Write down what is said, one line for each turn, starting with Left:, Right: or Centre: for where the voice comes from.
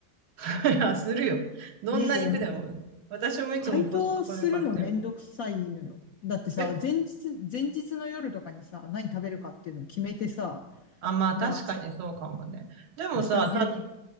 Right: <laughs> いや、するよ。どんな肉でも。
Left: いやいやいや、めん
Right: 私もいつもコストコで買ってる。
Left: 解凍するのめんどくさいのよ。だってさ、
Right: え、
Left: 前日、前日の夜とかにさ、何食べるかっていうのを決めてさ、
Right: あ、まあ確かにそうかもね。
Left: じゃあ明日、
Right: でもさ、
Left: 明日は牛肉、
Right: た、